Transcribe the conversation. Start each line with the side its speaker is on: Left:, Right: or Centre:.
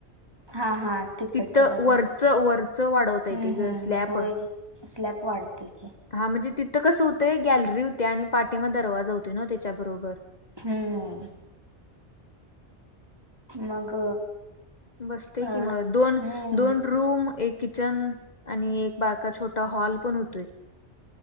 Right: हा हा तिकडच्या
Left: तिथं
Right: बाजूला
Left: वरचं वरचं वाढवता येते
Right: ह
Left: ग
Right: ह
Left: स्लॅप
Right: होय स्लॅप वाढतय
Left: हा म्हणजे तिथ अस होतय गॅलरी होत्पा आणि पाठी मागे दरवाजा होतय नवं त्याच्या बरोबर
Right: हम्म मग
Left: बसतय
Right: अ हम्म
Left: की मग दोन अं दोन रूम एक किचन आणि एक बारका छोटा हॉल पण होतोय